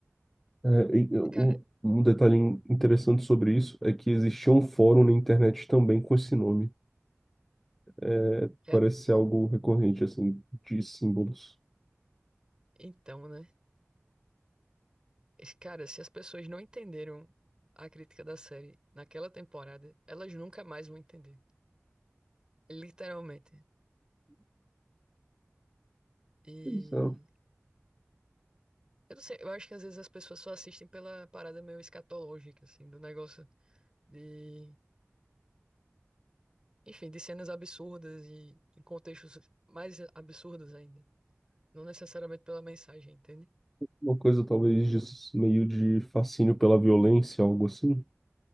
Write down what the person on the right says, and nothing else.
Cara,
é-
então, né? Cara, se as pessoas não entenderam a crítica da série naquela temporada, elas nunca mais vão entender. Literalmente. E
eu não sei, eu acho que às vezes as pessoas só assistem pela parada meio escatológica, assim, do negócio de, enfim, de cenas absurdas e em contextos mais absurdos ainda. Não necessariamente pela mensagem, entende?